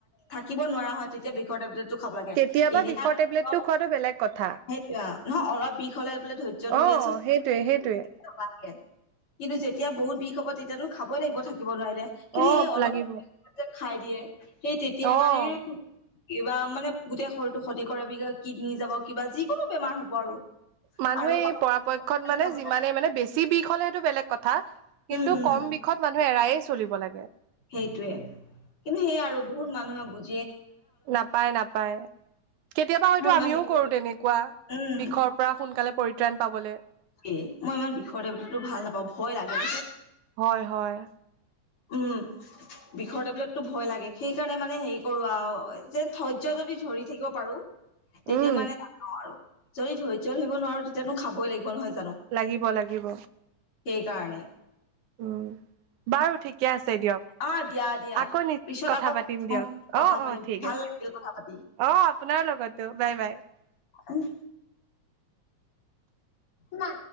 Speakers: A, on the left; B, on the right.
A: থাকিব নোৱাৰা হয় তেতিয়া বিষৰ টেবলেট খাব লাগে
B: কেতিয়াবা
A: এনে
B: বিষৰ
A: আৰু
B: টেবলেটটো
A: অলপ
B: খোৱাটো বেলেগ কথা।
A: সেইটো নহয় অলপ বিষ হলে বোলে ধৈৰ্য্য ধৰি
B: অ
A: আছো <unintelligible>
B: সেইটোৱে সেইটোৱে
A: কিন্তু যেতিয়া বহুত বিষ হ'ব তেতিয়াতো খাবই লাগিব থাকিব থাকিব নোৱাৰিলে কিন্তু
B: অ
A: সেই অলপ
B: লাগিব
A: বিষ হলে খাই দিয়ে সেই তেতিয়াই
B: অ
A: মানে কিবা মানে গোটে শৰীৰটো ক্ষতি কৰে কিডনী যাব কিবা যিকোনো বেমাৰ হ'ব আৰু
B: মানুহে
A: আৰু পানী
B: পৰাপক্ষত মানে
A: খাব
B: যিমানেই
A: লাগে
B: মানে বেছি বিষ হলে সেইটো বেলেগ কথা কিন্তু
A: উম উম
B: কম বিষত মানুহে এৰায়ে চলিব লাগে
A: সেইটোয়ে কিন্তু সেয়া আৰু বহুত মানুহে বুজি
B: নাপায় নাপায় কেতিয়াবা হয়তো
A: মই ইমান
B: আমিও
A: বিষত
B: কৰো তেনেকুৱা
A: উম
B: বিষৰ পৰা সোনকালে পৰিত্ৰাণ পাবলে
A: এ মই ইমান বিষৰ টেবলেট টো ভাল নাপাওঁ ভয় লাগে
B: হয় হয়
A: উম বিষৰ টেবলেতটো ভয় লাগে সেইকাৰণে মানে হেৰি কৰো আৰু যেন ধৈৰ্য্য যদি ধৰি থাকিব পাৰো তেতিয়া
B: উম
A: মানে নাখাও আৰু যদি ধৈৰ্য্য ধৰিব নোৱাৰো তেতিয়ানো খাবই লাগিব নহয় জা
B: লাগিব লাগিব
A: তাৰনে
B: উম বাৰু ঠিকে আছে দিয়ক
A: অ দিয়া দিয়া
B: আকৌ নি
A: পিছত
B: কথা
A: আকৌ
B: পাতিম দিয়ক
A: কথা
B: অ
A: পাতিম
B: অ ঠিক
A: ভাল
B: আছে
A: লাগিল
B: অ আপোনাৰ
A: কথা পাতি
B: আপোনাৰ লগতো বাই বাই
A: উম মা